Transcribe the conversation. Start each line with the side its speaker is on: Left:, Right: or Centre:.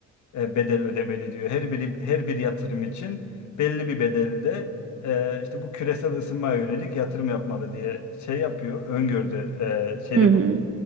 Left: e, bedel ödemeli diyor. Her biri her bir yatırım için belli bir bedelde e, işte bu küresel ısınmaya yönelik yatırım yapmalı diye şey yapıyor. Öngördü, e, şeyde
Right: <laughs> Hı hı.
Left: bu,